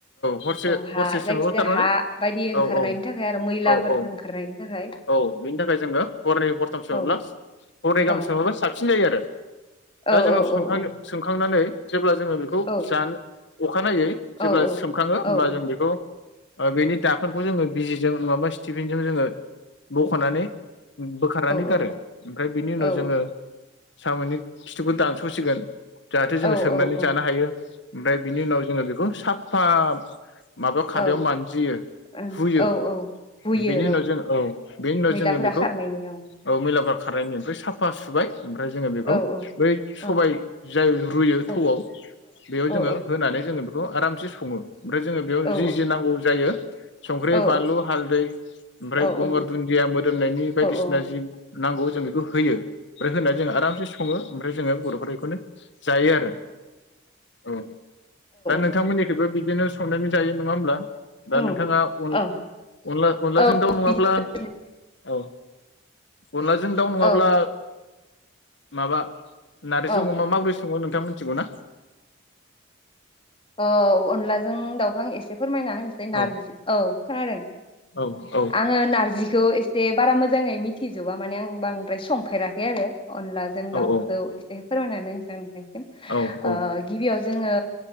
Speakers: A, on the left; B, on the left.
A: हरसे
B: औ हा
A: हरसे सोङोब्ला
B: जायखिजाया
A: थारमाने
B: हा बायदि ओंखारनायनि
A: औ औ
B: थाखाय आरो मैलाफोर
A: औ औ
B: ओंखारनायनि थाखाय
A: औ बेनि थाखाय जोङो हरनै हरथाम सोङोब्ला
B: औ
A: हरनै
B: औ
A: गाहाम सोङोब्ला साबसिन जायो आरो <inaudible> दा
B: औ
A: जोङो सोमखां
B: औ औ
A: सोमखांनानै जेब्ला जोङो बेखौ
B: औ
A: जानो अखानायै जेब्ला
B: औ औ
A: सोमखाङो होमब्ला
B: औ औ
A: जों बेखौ ओ बेनि दाखोनखौ जोङो बिजिजों नङाबा स्टिफिनजों जोङो बख'नानै बोखारनानै
B: औ
A: गारो ओमफ्राय बिनि उनाव
B: औ
A: जोङो साम'नि खिथुखौ दानस'सिगोन जाहाथे
B: औ
A: जोङो सोमनानै
B: औ
A: जानो हायो ओमफ्राय बिनि उनाव जोङो बेखौ साब फा माबायाव खादायाव
B: औ
A: मानजियो
B: ओं
A: हुयो
B: औ औ हुयो
A: बेनि उनाव जों औ बेनि उनाव
B: मैलाफोरा
A: जोङो बेखौ
B: खारनायनि
A: औ मैलाफा खारनायनि आमफ्राय साफ पा सुबाय ओमफ्राय जोङो बेखौ
B: औ औ
A: बै सबाय
B: औ
A: जाय रुयो
B: औ
A: थौआव बेयाव
B: औ
A: जोङो होनानै जोङो बे खौ आरामसे सङो ओमफ्राय जोङो बेयाव
B: औ
A: जि जि नांगौ जायो संख्रि
B: औ
A: बानलु हालदै ओमफ्राय
B: औ
A: गंगार दुनन्दिया मोदोमनायनि बायदिसिना
B: औ
A: जि नांगौ जों बेखौ जों होयो आमफ्राय होनानै जोङो आरामसे सं ङो ओमफ्राय जोङो बर'फोरा एखौनो जायो आरो औ दा नोंथांमोननिखैबो
B: औ
A: बिदिनो संनानै जायो नङा होमब्ला दा
B: उम
A: नोंथाङा अन
B: औ
A: अनला अनलाजों
B: औ
A: दाउ नङाब्ला
B: बिदिनो
A: औ अनलाजों दाउ नङाब्ला
B: औ
A: माबा नारैजों
B: औ
A: अमा माबोरै सङो नोंथांमोन थिगौना
B: ओ औ अनलाजों दाउखां एसे फोरमायनानै होनसै नारजि
A: औ
B: औ खोनादों
A: औ औ
B: आङो नारजिखौ एसे बारा मोजाङै मिथिजोबा माने आं बां द्राय संफेराखै आरो अनलाजों
A: औ
B: दाउखौ एसे <unintelligible> ओ
A: औ औ
B: गिबियाव जोङो